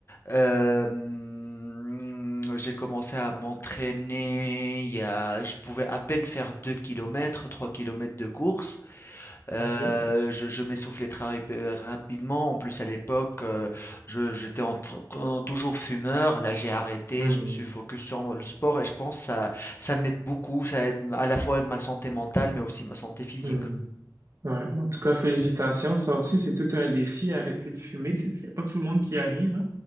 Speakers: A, on the left; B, on the right.
A: euh, hum, j'ai commencé à m'entraîner. Il y a, je pouvais à peine faire 2 kilomètres, 3 kilomètres de course. Heu,
B: OK.
A: je je m'essoufflais très rép euh, rapidement. En plus à l'époque, heu, je j'étais en tr toujours fumeur. Là, j'ai arrêté,
B: Mhm.
A: je me suis focus sur mon le sport et je pense que ça ça m'aide beaucoup. Ça aide à la fois ma santé mentale, mais aussi ma santé physique.
B: Mhm. Ouais. En tout cas, félicitations. Ça aussi, c'est tout un défi, arrêter de fumer. C'est c'est pas tout le monde qui y arrive. hein.